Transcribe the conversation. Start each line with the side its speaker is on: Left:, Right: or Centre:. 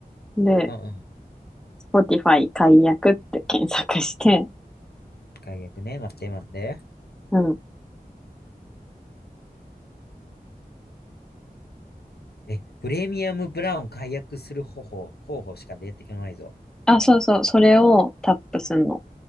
Centre: で、
Left: うんうん。
Centre: Spotify 解約って検索して、
Left: 解約ね。待って待って。
Centre: うん
Left: え、プレミアムブラウン解約する方法、方法しか出てこないぞ。
Centre: あ、そうそう、それをタップすんの。